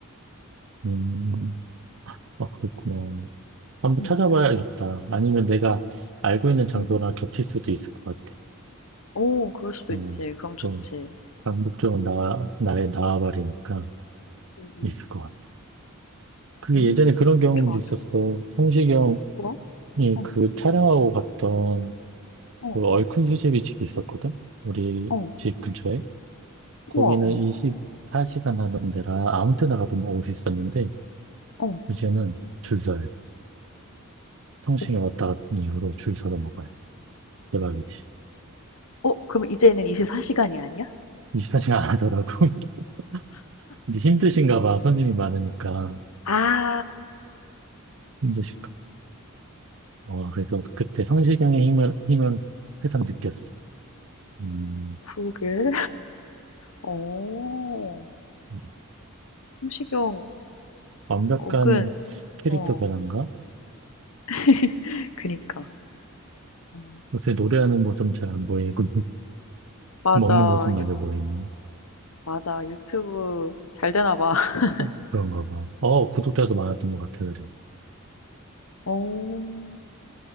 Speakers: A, on the right (about 60°); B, on the left (about 80°).
A: 음, 아, 그렇구나. 한번
B: 음.
A: 찾아봐야겠다.
B: 그래서
A: 아니면 내가 알고 있는 장소랑
B: 음. 음.
A: 겹칠 수도 있을 것 같아.
B: 오 그럴 수도
A: 어,
B: 있지. 그럼 좋지.
A: 또, 강북 쪽은 나, 나의 나와바리니까
B: 음. 음.
A: 있을 것 같아. 그게
B: 음.
A: 예전에 그런 경험도
B: 좋아
A: 있었어.
B: 좋아.
A: 성시경
B: 뭐?
A: 이
B: 어.
A: 그 촬영하고 갔던
B: 어.
A: 그 얼큰
B: 어.
A: 수제비 집이 있었거든? 우리
B: 어
A: 집 근처에. 거기는
B: 우와. 음.
A: 24시간 하던 데라 아무 때나 가도 먹을 수 있었는데,
B: 어.
A: 이제는 줄 서야 돼. 성심에
B: 어,
A: 왔다 갔던 이후로 줄 서서 먹어야 돼. 대박이지.
B: 어, 그럼 이제는 24시간이 아니야?
A: 24시간 안 하더라고. <laughs> 이제 힘드신가 봐. 손님이 많으니까.
B: 아.
A: 힘드실까. 와, 그래서 그때 성시경의 힘을, 힘을 세상 느꼈어. 음,
B: 그러게. 어.
A: 음.
B: 성시경
A: 완벽한
B: 어근
A: 캐릭터
B: 어.
A: 변화인가?
B: <laughs> 그니까. 어.
A: 요새 노래하는 모습은 잘 안 보이고.
B: 맞아.
A: 먹는 모습마저
B: 유
A: 보이는
B: 맞아. 유튜브 잘 되나 봐. <laughs>
A: 어, 그런가 봐. 어, 구독자도 많았던 것 같아, 그래.
B: 어.